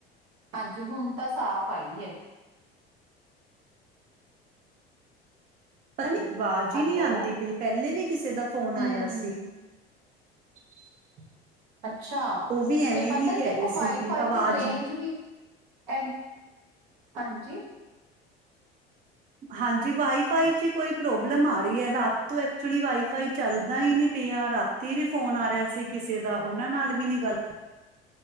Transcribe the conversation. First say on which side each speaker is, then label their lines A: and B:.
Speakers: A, on the right; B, on the right.
A: ਹਾਂਜੀ, ਹੁਣ ਤਾਂ ਸਾਫ਼ ਆਈ ਹੈ।
B: ਪਤਾ ਨੀ ਆਵਾਜ਼
A: ਹੈਲੋ
B: ਹੀ ਨਹੀਂ ਆਂਦੀ ਪਈ ਪਹਿਲੇ ਵੀ ਕਿਸੇ ਦਾ ਫੋਨ ਆਇਆ
A: ਹਮ
B: ਸੀ। <inaudible>
A: ਅੱਛਾ,
B: ਉਹ ਵੀ ਐਵੇਂ
A: ਤੇ ਪਤਾ
B: ਹੀ
A: ਨਹੀਂ
B: ਕਹਿ
A: ਦੇਖੋ
B: ਰਹੇ
A: ਵਾਈਫਾਈ
B: ਸੀ ਕਿ ਆਵਾਜ਼
A: ਦੀ ਰੇਂਜ ਵੀ ਐ ਨ ਹਾਂਜੀ।
B: ਹਾਂਜੀ, ਵਾਈਫਾਈ ਚ ਕੋਈ ਪ੍ਰੋਬਲਮ ਆ ਰਹੀ ਐ, ਰਾਤ ਤੋਂ ਐਕਚੁਲੀ ਵਾਈਫਾਈ ਚੱਲਦਾ ਈ ਨੀ ਪਿਆ ਵਾ। ਤੀ ਵੀ ਫੋਨ ਆ ਰਿਹਾ ਸੀ ਕਿਸੇ ਦਾ, ਉਹਨਾਂ ਨਾਲ ਵੀ ਨੀ ਗੱਲ